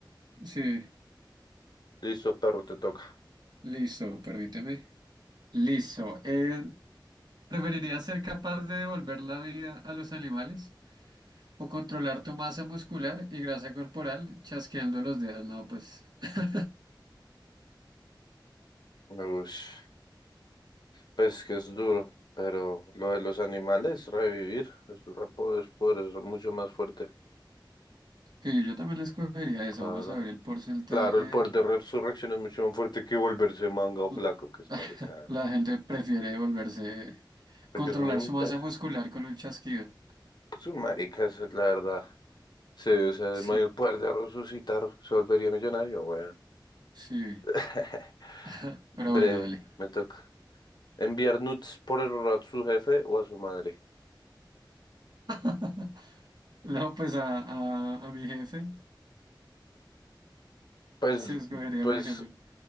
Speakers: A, on the right; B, on the left.
A: Sí,
B: Listo, perro, te toca.
A: listo, permíteme. Listo. Eh, ¿preferirías ser capaz de devolver la vida a los animales o controlar tu masa muscular y grasa corporal chasqueando los dedos? No, pues. <laughs>
B: Ush, pues que es duro, pero lo de los animales, revivir, es un repo- es poder, es mucho más fuerte.
A: Sí, yo también escogería eso.
B: Claro.
A: Vamos a ver el porcentaje.
B: Claro, el poder de resurrección es mucho más fuerte que volverse manga o
A: L-
B: flaco, que es
A: <laughs>
B: marica.
A: La gente prefiere volverse,
B: Porque
A: controlar
B: son imbéciles.
A: su masa muscular con un chasquido.
B: Son maricas, la verdad. Sí, o sea,
A: Sí,
B: el mayor poder de resucitar se volvería millonario, weón.
A: sí.
B: <laughs>
A: <laughs> Pero
B: Bre,
A: bueno, dale.
B: me toca. Enviar nudes por error a su jefe o a su madre.
A: <laughs> No, pues a, a, a mi jefe.
B: Pues,
A: Sí, escogería
B: pues
A: a mi jefe.